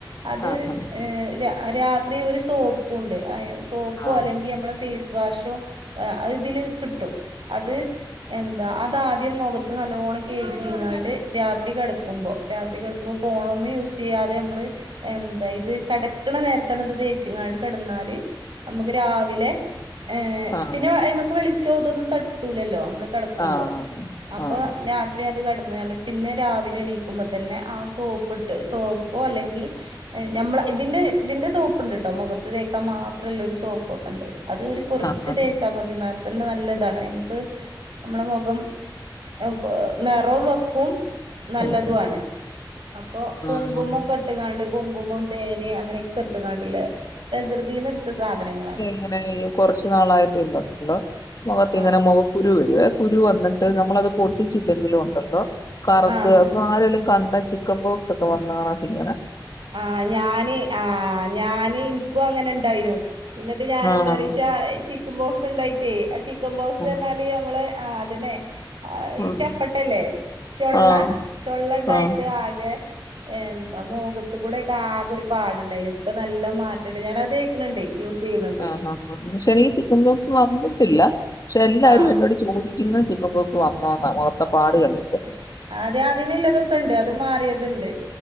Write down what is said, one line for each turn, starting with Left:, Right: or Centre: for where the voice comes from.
Right: അത്
Left: ആഹ്
Right: ഏ ര രാത്രി ഒരു സോപ്പൂണ്ട്. അയ് സോപ്പോ
Left: ആഹ്
Right: അല്ലെങ്കി മ്മളെ ഫേസ് വാഷോ അത് തില് കിട്ടും അത് എന്താ അതാ ദ്യം മൊഖത്ത് നല്ലോണം കേകിങ്ങാണ്ട് രാത്രി കെട ക്കുമ്പോ രാത്രി കെട്ക്കുമ്പോ ഫോണൊന്നു യൂസിയ്യാതെ യമ്മള് എന്താ ഇത് കടക്ക്ണ നേരത്തന്നെത് തേച്ചിങ്ങാണ്ട് കടന്നാല് അമ്മക്ക് രാവിലെ ഏഹ്
Left: ആഹ്
Right: പിന്നെ അയ്മക്ക് വെളിച്ചോദൊന്നും തട്ടൂലല്ലോ അമ്ള് കെടക്കുമ്പോ
Left: ആഹ്
Right: അപ്പൊ
Left: ആഹ് ആഹ്
Right: ലാ ന്നേ അത് കട്ന്ന് ആണ്ട് പിന്നെ രാവിലെണീക്കുമ്പോതന്നെ ആഹ് സോപ്പ്ട്ട് സോപ്പോ അല്ലങ്കി എഹ് ഞമ്മള ഇതിന്റെ തിന്റെ സോപ്പ്ണ്ട്ട്ടോ മൊഖത്ത് തേക്കാമാത്രല്ല ഒരു സോപ്പൊക്കണ്ട് അത് ഒരു കൊറച്ച്
Left: ആഹ്
Right: തേച്ചാ മതി ന്നാൽതന്നെ നല്ലതാണ് ഞമ്മക്ക് അമ്മളമൊഖം ഔ കൊ നെറോംവെക്കും നല്ലതുവാണ്
Left: ആഹ് ആഹ്
Right: അപ്പൊ കുങ്കുമൊക്കെട്ട്ങ്ങാണ്ട്
Left: ആഹ്
Right: കുങ്കുമം തേന് അങ്ങനെക്കെട്ട് ങ്ങാൺണ്ടില്ലേ പ്രകൃതീന്ന്ട്ത്ത സാധനങ്ങളാണ്
Left: ഇങ്ങനെല്ലോ കൊറച്ചു നാളായിട്ടിള്ളള്ളോ മൊഖത്തിങ്ങനെ
Right: ആഹ്
Left: മൊഖോ കുരുവരുവെ കുരു വന്നിട്ട് നമ്മളത് പൊട്ടിച്ചില്ലെങ്കിലു ഒണ്ടല്ലോ കറ്ത്ത്
Right: ആഹ്
Left: അപ്പൊ ആരെലും കണ്ട ചിക്കൻ ബോക്സൊക്കെ വന്നാണക്കിങ്ങനെ
Right: ആഹ് ഞാന് ആഹ് ഞാന് ഇനി ക്കു അങ്ങനെണ്ടായിരുനു ഇന്നിട്ട് ഞാനെന്താ
Left: ആണോ
Right: റീച്ചാ ചിക്കം ബോക്സ്ണ്ടായിറ്റേ ആചി ക്കം ബോക്സ്ർഞ്ഞാല്
Left: ഉം
Right: നമ്മളെ ആഹ് അതന്നെ അഹ്
Left: ഉം
Right: ഈ ചപ്പട്ടല്ലേ ചൊള്ള
Left: ആഹ്
Right: ചൊള്ളണ്ടായിട്ട്
Left: ആഹ്
Right: ആകെ എന്താ മൂഖത്ത്കൂടെ ക്കാകൊര് പാട്ണ്ടായിനു ഇപ്പ നല്ല മാറ്റണ്ട് ഞാനത് തേക്ക്ണ് ണ്ടേയ് യൂസീന്ന്
Left: ആഹ് ആഹ് ആഹ് ശനീ ചിക്കൻ ബോക്സ് വന്ന്ട്ടില്ല ക്ഷെ എല്ലാരും
Right: ആഹ്
Left: എന്നോട് ചോദിക്ക്യുന്ന ചിക്കൻബോക്സ് മാത്രാന്നാ മോഖത്തെപ്പാട് കണ്ടിട്ട്
Right: ആഹ് അതെ അതിനില്ലതൊക്കണ്ട് അത് മാറിയത്ണ്ട്